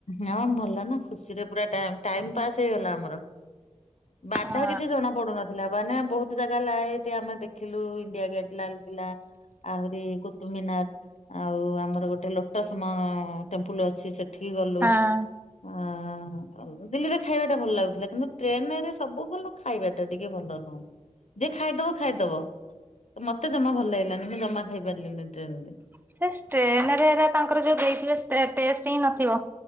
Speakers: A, on the left (about 70°); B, on the right (about 15°).
A: ହଁ ଭଲ ନା ଖୁସିରେ ପୁରା ଟା ଟାଇମ ପାସ୍ ହେଇଗଲା ଆମର ବାଧା
B: ହଁ।
A: କିଛି ଜଣା ପଡୁନ ଥିଲା ମାନେ ବହୁତ ଜାଗା ଲାଇଠି ଆମେ ଦେଖିଲୁ ଇଣ୍ଡିଆ ଗେଟ୍ ଲାଲ୍ କିଲା ଆହୁରି ମିନାର ଆଉ ଆମର ଗୋଟେ ଲୋଟସ୍ ମ ଟେମ୍ପଲ ଅଛି ସେ ଠିକ ଗଲୁ
B: ହଁ
A: ହ ଦିଲ୍ଲୀରେ ଖାଇବା ଟା ଭଲ ଲାଗୁଥିଲା କିନ୍ତୁ ଟ୍ରେନ ରେ ସବୁ ଭଲ ଖାଇବା ଟା ଟିକେ ଭଲ ନୁହେଁ ଯେ ଖାଇଦବ ଖାଇଦବ ମତେ ଜମା ଭଲ ଲାଗିଲାନି ମୁଁ ଜମା ଖାଇ ପାରିଲିନି ଟ୍ରେନରେ
B: ସେ ଷ୍ଟେନରେ ହେରା ତାଙ୍କର ଯୋଉ ଦେଇଥିବେ ଷ୍ଟେ ଟେ ଟେଷ୍ଟ ହିଁ ନଥିବ